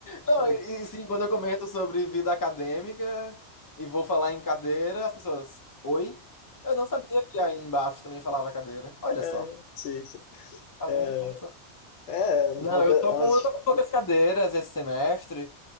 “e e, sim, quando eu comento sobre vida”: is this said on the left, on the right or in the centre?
Left